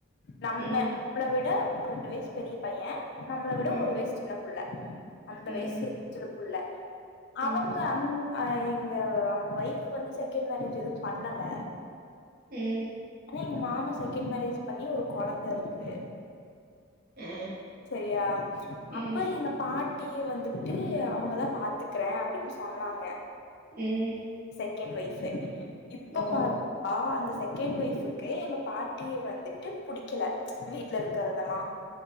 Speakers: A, on the left; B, on the right.
A: நம்ம
B: ம்
A: நம்மள விட ஒரு ரெண்டு வயசு பெரிய பைய நம்மள விட
B: ம்
A: ஒரு வயசு சின்ன புள்ள அந்த வயசு
B: ம்
A: சின்ன புள்ள அவங்க
B: ம்
A: அந் அ எங்க அவங்க ஒய்ஃப் வந்து செகண்ட் மேரேஜ் எதும் பண்ணல
B: ம்
A: ஆனா எங்க மாமா செகண்ட் மேரேஜ் பண்ணி ஒரு கொழந்த இருக்கு
B: ஆ
A: சரியா
B: ம்
A: அப்ப எங்க பா ட்டி வந்துட்டு அவங்கதா பாத்துக்குறே அப்டின்னு சொன்னாங்க
B: ம்
A: க்கன்ட் ஒய்ஃபு இப்ப
B: ஓ
A: பா ஆ அந்த செகண்ட் ஒய்ஃபுக்கு எங்க பாட்டிய வந்துட்டு புடிக்கல வீட்ல இருக்கறதல்லாம்